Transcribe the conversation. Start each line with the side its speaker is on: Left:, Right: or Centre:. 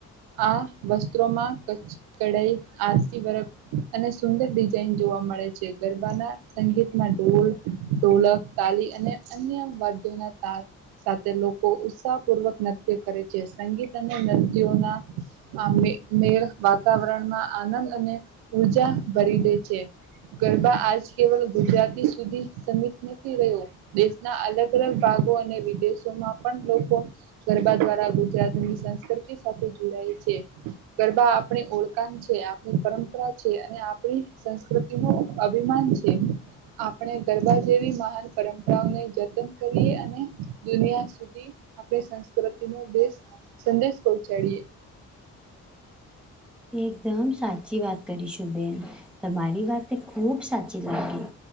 Right: આ વ સ્ત્રોમાં કચ્છી કઢઈ આરસી વર્ક અને સુંદર ડિઝાઇનજોવા મળે છે ગરબાના સંગીતમાં ઢોલ ઢોલક તાલી અને અન્ય વાદ્યોના તાર સાથે લોકો ઉત્સાહ પૂર્વક નૃત્ય કરે છે સંગીત અને નૃત્યોના આ મેળ વાતાવરણમાં આનંદ અને ઉર્જા ભરી દે છે. ગરબા આજ કેવલ ગુજરાતી સુધી સમિત નથી રહ્યો દેશના અલગ અલગ ભાગો અને વિદેશોમાં પણ લોકો ગરબા દ્વારા ગુજરાતની સંસ્કૃતિ સાથે જોડાય છે. ગરબા આપણી ઓળખાણ છે આપણી પરંપરા છે અને આપણી સંસ્કૃતિ નું અભિમાન છે. આપણે ગરબા જેવી મહાન પરંપરાઓને જતન કરીએ અને દુનિયા સુધી આપણી સંસ્કૃતિ નો દેશ સંદેશ પહોંચાડીએ
Centre: એકદમ સાચી વાત કરીશું બેેન તમારી વાત એ ખુબ સાચી લાગી.